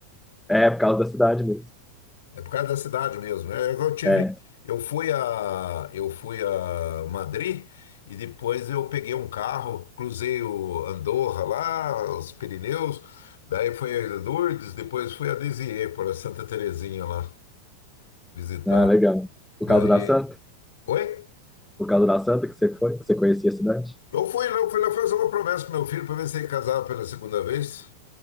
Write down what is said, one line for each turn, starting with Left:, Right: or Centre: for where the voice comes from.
Centre: É, por causa da cidade mesmo.
Left: É por causa da cidade mesmo. né? É que Eu tive,
Centre: É,
Left: eu fui a, eu fui a Madrid e depois eu peguei um carro, cruzei o Andorra lá, os Pirineus, daí fui a Lourdes, depois fui a Lisieux, para Santa Terezinha lá visitar.
Centre: ah, legal. Por
Left: Daí,
Centre: causa da Santa?
Left: oi?
Centre: Por causa da Santa que você foi, que você conhecia a cidade?
Left: Eu fui lá, eu fui lá fazer uma promessa pro meu filho para ver se ele casava pela segunda vez.